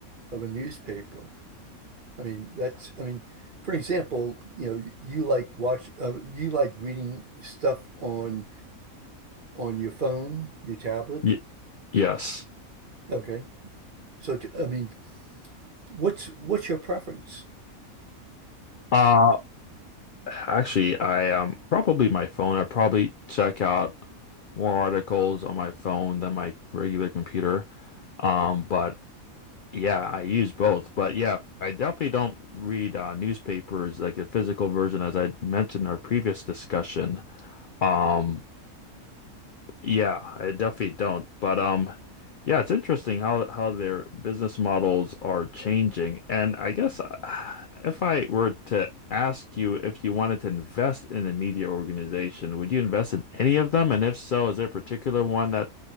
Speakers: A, on the right; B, on the left.
A: of a newspaper. I mean, that's, I mean, for example, you know, you like watch, uh, you like reading stuff on on your phone, your tablet.
B: Y yes.
A: Okay. So, t- I mean, what's what's your preference?
B: Uh, actually, I um probably my phone. I probably check out more articles on my phone than my regular computer. Um, but Yeah, I use both, but yeah, I definitely don't read uh, newspapers like the physical version, as I mentioned in our previous discussion. Um, yeah, I definitely don't. But um, yeah, it's interesting how how their business models are changing. And I guess uh, if I were to ask you if you wanted to invest in a media organization, would you invest in any of them? And if so, is there a particular one that